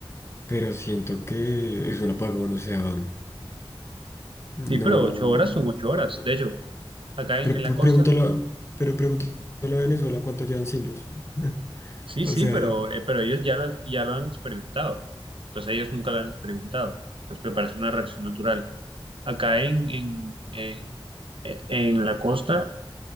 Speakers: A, on the left; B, on the right.
A: pero siento que es un apagón, o sea, no...
B: Sí, pero ocho horas son ocho
A: o-
B: horas. De hecho, acá en,
A: pre-
B: en la
A: pre-
B: costa
A: pregúntalo, pero pregúntalo a Venezuela cuánto llevan sin luz. <laughs>
B: Sí,
A: O
B: sí,
A: sea,
B: pero, eh, pero ellos ya lo, ya lo han experimentado. Entonces ellos nunca lo han experimentado. Entonces me parece una reacción natural. Acá en, en, en, eh, en la costa,